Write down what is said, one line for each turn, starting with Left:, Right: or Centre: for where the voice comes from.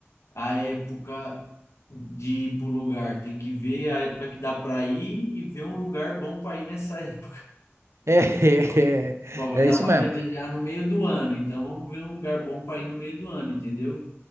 Left: a época de ir pro lugar. Tem que ver a época que dá para ir e ver um lugar bom para ir nessa <laughs> época.
Right: É, <laughs>
Left: Bom, vai
Right: é,
Left: dar
Right: é isso
Left: para
Right: mesmo.
Left: viajar no meio do ano, então vamos ver um lugar bom para ir no meio do ano, entendeu?